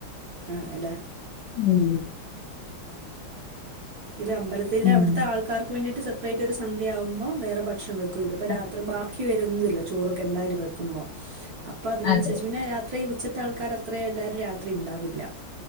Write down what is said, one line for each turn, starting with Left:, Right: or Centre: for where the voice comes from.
Right: ആണല്ലേ.
Left: ഉം.
Right: ഇത് അമ്പലത്തിലെ
Left: ഉം
Right: അവിട്ത്തെ ആൾക്കാർക്ക് വേണ്ടിയിട്ട് സപ്രേറ്റ് ഒരു സന്ധ്യയാവുമ്പൊ വേറെ ഭക്ഷൺ വെ ക്കു ഇതിപ്പോ
Left: ആഹ്
Right: രാത്രി ബാക്കി വരുന്നില്ലെ ചോറൊക്കെ എന്തായലും വെക്കുമ്പൊ അപ്പ അതിനനുസരിച്ച്
Left: അതെ
Right: പിന്നെ രാ ത്രി ഉച്ചത്തെ ആൾക്കാരാത്രയെ എല്ലരും രാത്രി ഇണ്ടാവില്ല.